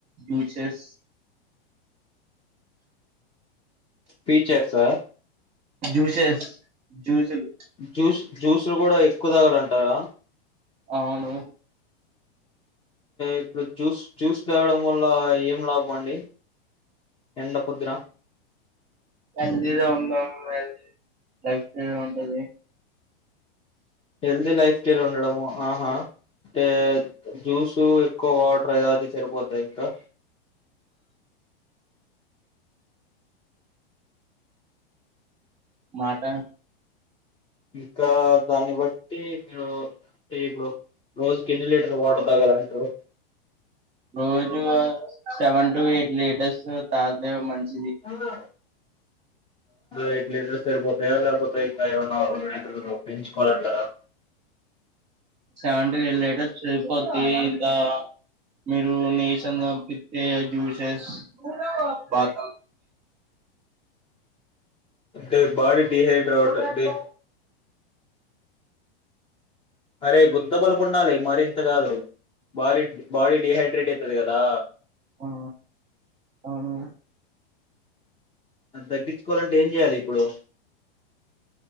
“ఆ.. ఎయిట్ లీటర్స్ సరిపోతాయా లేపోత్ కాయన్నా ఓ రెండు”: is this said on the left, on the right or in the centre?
Left